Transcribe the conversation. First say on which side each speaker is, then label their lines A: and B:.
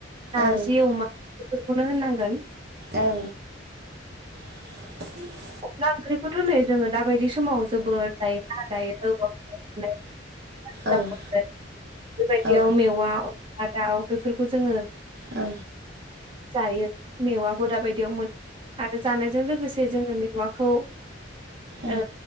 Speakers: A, on the right; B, on the right.
A: नारजि
B: ओं
A: अमा बेफोरखौनो होननांगोन
B: ओं <inaudible>
A: अनला ओंख्रिखौथ' नै जोङो दा बायदि समाव जोबोद जायोना दायो <unintelligible> <unintelligible>
B: ओं
A: बेबायदियाव
B: औ ओं
A: मेवा अनला दाउ बेफोरखौ जोङो
B: ओ
A: जायो मेवाखौ दाबायदियाव मोन जानायजों लोगोसे जोङो मेवाखौ
B: ओं
A: ओ